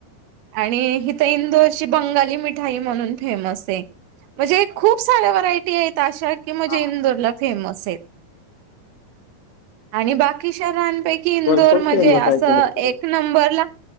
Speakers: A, on the right; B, on the left.
A: आणि ईथं इंदोरची बंगाली मिठाई म्हणून... फेमस आहे. म्हणजे खूप साऱ्या व्हरायटी आहेत अशा की म्हणजे
B: हा
A: इंदरला... फेमस आहेत. आणि बाकी शहरांपैकी.. इंदोर
B: भरपूर
A: म्हणजे
B: फेमस
A: असं
B: आहे ते तिकडे.
A: एक... एक नंबरला.